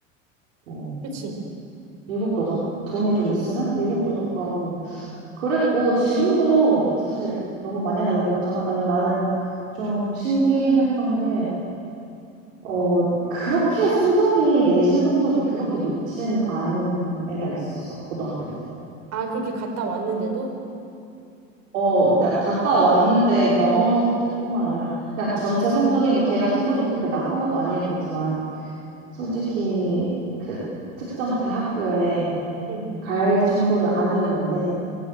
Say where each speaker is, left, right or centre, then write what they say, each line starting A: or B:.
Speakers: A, on the right; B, on the right.
A: 뭐
B: 그치.
A: 미국도 가, 돈이 좀 있으면 미국도 갔다 오고 그랬고 지금도 사실 너무 만연하게 그러잖아. 나는 나는 좀 신기했던 게 어, 그렇게 성적이 내신 성적이 그렇게 높진 않은 애가 있었어. 고등학교 때.
B: 아, 그렇게 갔다 왔는데도?
A: 어, 그러니까 갔다 왔는데 영어 성적뿐만 아니라 그냥 전체 성적이 뭐 걔가 성적이 그렇게 나쁜 것도 아니었겠지만 솔직히 그 특정 대학교에
B: 응,
A: 갈 정도는 아니었는데